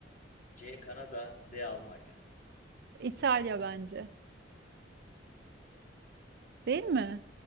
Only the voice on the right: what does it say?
İtalya bence. Değil mi?